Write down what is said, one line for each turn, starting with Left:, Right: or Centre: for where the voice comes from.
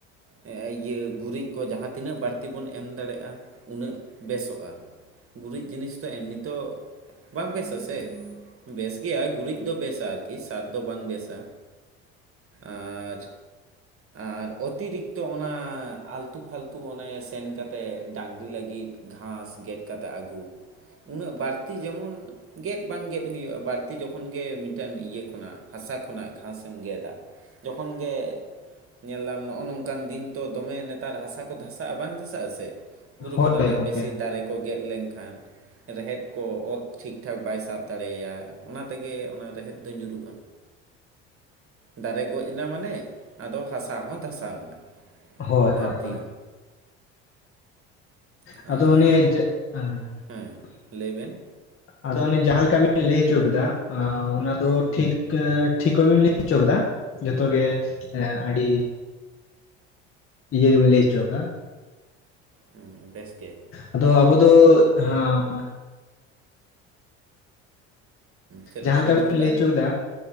Right: ᱤᱭᱟᱹ ᱜᱩᱨᱤᱡ ᱠᱚ ᱡᱟᱦᱟᱸ ᱛᱤᱱᱟᱹᱜ ᱵᱟᱹᱲᱛᱤ ᱵᱚᱱ ᱮᱢ ᱫᱟᱲᱮᱭᱟᱜᱼᱟ ᱩᱱᱟᱹᱜ ᱵᱮᱥᱚᱜᱼᱟ᱾ ᱜᱩᱨᱤᱡ ᱡᱤᱱᱤᱥ ᱫᱚ ᱮᱢᱱᱤ ᱛᱚ ᱵᱟᱝ ᱵᱮᱥ ᱟᱥᱮ ᱾ᱵᱮᱥ ᱜᱮᱭᱟ ᱜᱩᱨᱤᱡ ᱫᱚ ᱵᱮᱥᱟ ᱟᱨᱠᱤ ᱥᱟᱨ ᱫᱚ ᱵᱟᱝ ᱵᱮᱥᱟ᱾ ᱟᱨ ᱟᱨ ᱚᱛᱤᱨᱤᱠ ᱛᱚ ᱚᱱᱟ ᱟᱞᱛᱩ ᱯᱷᱟᱞᱛᱩ ᱚᱱᱮ ᱥᱮᱱ ᱠᱟᱛᱮ ᱰᱟᱝᱨᱤ ᱞᱟᱹᱜᱤᱫ ᱜᱷᱟᱸᱥ ᱜᱮᱫ ᱠᱟᱛᱮ ᱟᱹᱜᱩ ᱩᱱᱟᱹᱜ ᱵᱟᱹᱲᱛᱤ ᱡᱮᱢᱚᱱ ᱜᱮᱫ ᱵᱟᱝ ᱜᱮᱫ ᱦᱩᱭᱩᱜᱼᱟ ᱵᱟᱹᱲᱛᱤ ᱡᱚᱠᱷᱚᱱ ᱜᱮ ᱢᱤᱫ ᱴᱟᱱ ᱤᱭᱟᱹ ᱠᱷᱚᱱᱟᱜ ᱦᱟᱥᱟ ᱠᱷᱚᱱᱟᱜ ᱜᱷᱟᱥᱮᱢ ᱜᱮᱫᱟ᱾ ᱡᱚᱠᱷᱚᱱ ᱜᱮ ᱧᱮᱞᱫᱟᱢ ᱱᱚᱜᱼᱚ ᱱᱚᱝᱠᱟ᱾ ᱠᱟᱱ ᱫᱤᱱ ᱛᱚ ᱫᱚᱢᱮ ᱱᱮᱛᱟᱨ ᱦᱟᱥᱟ ᱠᱚ ᱫᱷᱟᱥᱟᱜᱼᱟ ᱵᱟᱝ ᱫᱷᱟᱥᱟᱜᱼᱟ ᱥᱮ,
Left: ᱦᱳᱭ
Right: ᱵᱩᱨᱩ ᱠᱚᱨᱮᱱᱟᱜ
Left: ᱜᱚᱝᱠᱮ
Right: ᱵᱮᱥᱤ ᱫᱟᱨᱮ ᱠᱚ ᱜᱮᱫ ᱞᱮᱱᱠᱷᱟᱱ ᱨᱮᱦᱮᱫ ᱠᱚ ᱚᱛ ᱴᱷᱤᱠ ᱴᱷᱟᱠ ᱵᱟᱭ ᱥᱟᱵ ᱫᱟᱲᱮᱭᱟᱭᱟ ᱚᱱᱟ ᱛᱮᱜᱮ ᱚᱱᱟ ᱨᱮᱦᱮᱫ ᱫᱚ ᱧᱩᱨᱩᱜᱼᱟ᱾ ᱫᱟᱨᱮ ᱜᱚᱡ ᱮᱱᱟ ᱢᱟᱱᱮ ᱟᱫᱚ ᱦᱟᱥᱟ ᱦᱚᱸ ᱫᱷᱟᱥᱟᱣᱮᱱᱟ᱾
Left: ᱦᱳᱭ
Right: ᱫᱷᱟᱹᱨᱛᱤ
Left: ᱦᱳᱭ ᱦᱳᱭ
Right: ᱦᱚᱸ ᱟᱨ,
Left: ᱟᱫᱚ <unintelligible>
Right: ᱦᱮᱸ ᱞᱟᱹᱭ ᱵᱤᱱ
Left: ᱟᱫᱚ ᱚᱱᱮ ᱡᱟᱦᱟᱸᱞᱮᱠᱟ ᱵᱮᱱ ᱞᱟᱹᱭ ᱦᱚᱪᱚ ᱠᱮᱫᱟ ᱚᱱᱟ ᱫᱚ ᱴᱷᱤᱠ ᱴᱷᱤᱠ ᱦᱚᱸᱵᱤᱱ ᱞᱟᱹᱭ ᱦᱚᱪᱚ ᱠᱮᱫᱟ ᱡᱚᱛᱚ ᱜᱮ ᱟᱹᱰᱤ, ᱤᱭᱟᱹ ᱜᱮᱵᱤᱱ ᱞᱟᱹᱭ ᱦᱚᱪᱚᱠᱟ᱾
Right: ᱦᱩᱸ ᱵᱮᱥ ᱜᱮ
Left: ᱟᱫᱚ ᱟᱵᱚ ᱫᱚ ᱦᱟᱸ
Right: ᱪᱮᱫ ᱞᱮᱠᱟ
Left: ᱡᱟᱦᱟᱸᱞᱮᱠᱟ
Right: ᱵᱮᱱ
Left: ᱵᱤᱱ
Right: ᱢᱮᱱᱫᱟ
Left: ᱞᱟᱹᱭ ᱦᱚᱪᱚ ᱠᱮᱫᱟ᱾